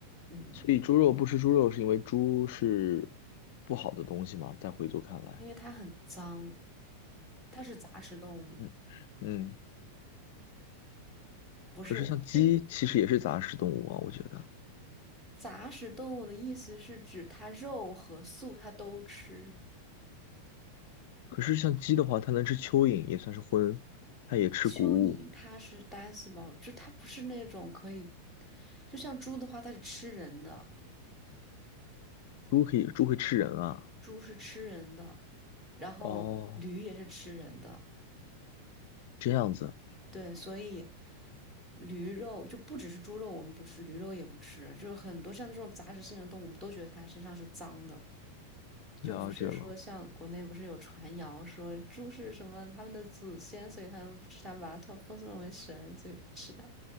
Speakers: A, in the centre; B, on the left (about 50°).
A: 嗯。
B: 所以猪肉不吃猪肉是因为猪是不好的东西吗？在回族看来，
A: 因为它很脏，它是杂食动物，
B: 嗯嗯，
A: 不是，
B: 可是像鸡其实也是杂食动物啊，
A: 就
B: 我觉得。
A: 杂食动物的意思是指它肉和素它都吃。
B: 可是像鸡的话，它能吃蚯蚓，也算是荤，它也吃谷物。
A: 蚯蚓它是单细胞，就它不是那种可以，就像猪的话，它是吃人的，
B: 猪可以，猪会吃人啊。
A: 猪是吃人的，然后驴也是吃人的，
B: 哦，这样子，
A: 对，所以驴肉就不只是猪肉，我们不吃，驴肉也不吃，就是很多像这种杂食性的动物，我们都觉得它身上是脏的。就不是说像国内不是有传谣说猪是什么他们的祖先，
B: 了解了。
A: 所以他们不吃它，把它特奉送为神，所以不吃它。